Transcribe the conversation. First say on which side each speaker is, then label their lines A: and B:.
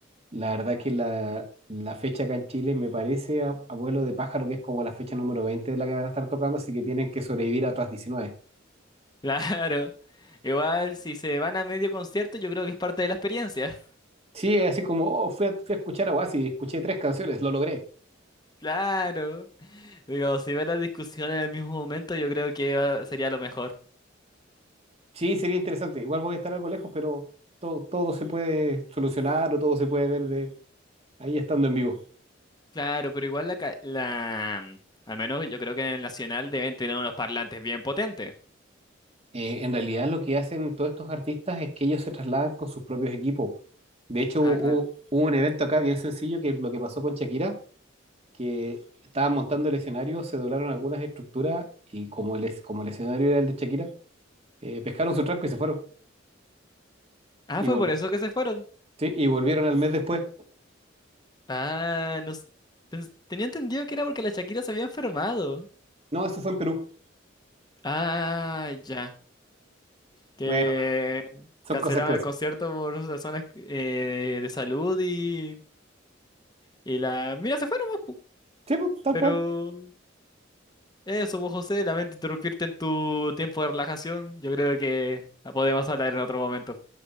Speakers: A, on the right; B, on the left.
A: la verdad que la, la fecha acá en Chile me parece, a, a vuelo de pájaro, que es como la fecha número 20 de la que van a estar tocando, así que tienen que sobrevivir a otras 19.
B: Claro. Igual si se van a medio concierto, yo creo que es parte de la experiencia. <laughs>
A: Sí, es así como, oh, fui a, fui a escuchar a Oasis, escuché tres canciones, lo logré.
B: Claro. Digo, si ven la discusión en el mismo momento, yo creo que va- sería lo mejor.
A: Sí, sería interesante. Igual voy a estar algo lejos, pero todo, todo se puede solucionar o todo se puede ver de ahí estando en vivo.
B: Claro, pero igual la, ca- la... Al menos yo creo que en el Nacional deben tener unos parlantes bien potentes.
A: Eh, en realidad lo que hacen todos estos artistas es que ellos se trasladan con sus propios equipos. De hecho,
B: Ah,
A: hubo,
B: claro.
A: hubo un evento acá bien sencillo que lo que pasó con Shakira, que estaban montando el escenario, se doblaron algunas estructuras y como el, es- como el escenario era el de Shakira, eh, pescaron su tranco y se fueron.
B: Ah,
A: Y,
B: fue
A: vol-
B: por eso que se fueron.
A: sí, y volvieron al mes después.
B: Ah, no s- pens- tenía entendido que era porque la Shakira se había enfermado.
A: No, eso fue en Perú.
B: Ah, ya. Que
A: Bueno, pero son
B: cancelaron
A: cosas que pasan.
B: el concierto por razones eh, de salud y, y la... Mira, se fueron más, pu.
A: Sí, pues, tal
B: Pero
A: cual.
B: eso, vos, José, lamento interrumpirte en tu tiempo de relajación. Yo creo que podemos hablar en otro momento.